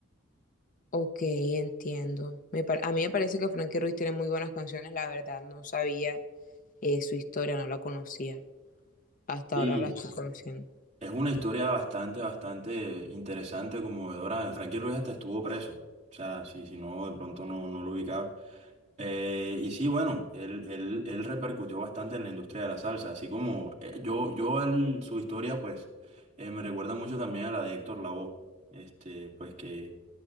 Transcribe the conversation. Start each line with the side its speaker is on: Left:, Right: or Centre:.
Left: Ok, entiendo. Me par- a mí me parece que Frankie Ruiz tiene muy buenas canciones, la verdad. No sabía eh, su historia, no la conocía. Hasta
Right: Sí,
Left: ahora la estoy
Right: sí.
Left: conociendo.
Right: Es una historia bastante, bastante interesante, conmovedora. Frankie Ruiz hasta estuvo preso. O sea, si, si no, de pronto no, no lo ubicaba. Eh, y sí, bueno, él, él, él repercutió bastante en la industria de la salsa, así como eh, yo, yo él- su historia, pues, eh, me recuerda mucho también a la de Héctor Lavoe, este, pues que